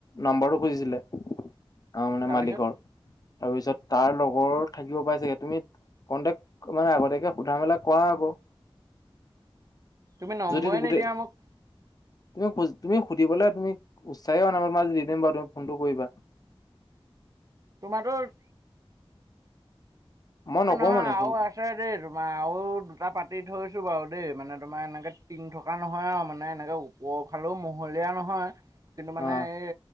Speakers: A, on the left; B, on the right.
A: নাম্বাৰটো খুজিছিলে। অ মানে
B: তাৰপিছত
A: মালিকৰ তাৰপিছত তাৰ লগৰ থাকিব পাই চাগে। তুমি কন্টেক্ট মানে আগতীয়াকে সোধা মেলা কৰা আকৌ।
B: তুমি নম্বৰে
A: যদি গোটেই
B: নিদিয়া মোক।
A: তুমি তুমি সুধিবলে তুমি উৎসাহে হোৱা নাই। মই তোমাক আজি দি দিম বাও তুমি ফোনটো কৰিবা।
B: তোমাৰ টোৰ।
A: মই নকওঁ
B: নহয়
A: মানে ফোন
B: আও আছে দেই তোমাৰ আও দুটা পাতি থৈছো বাও দেই মানে। তোমাৰ এনেকে টিং থকা নহয় আও মানে এনেকে ওপৰৰ ফালেও মহলীয়া নহয় কিন্তু মানে
A: অ
B: এই